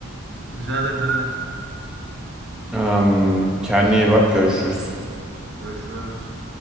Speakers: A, on the right; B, in the centre.
A: Rica ederim ne demek.
B: Em, kendine iyi bak görüşürüz.
A: Görüşürüz.